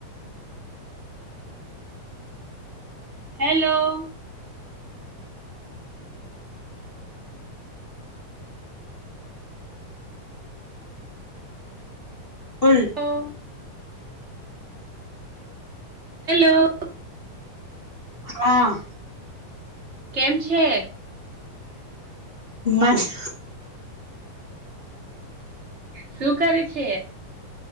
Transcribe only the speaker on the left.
બોલ?
હા,
માસ્ત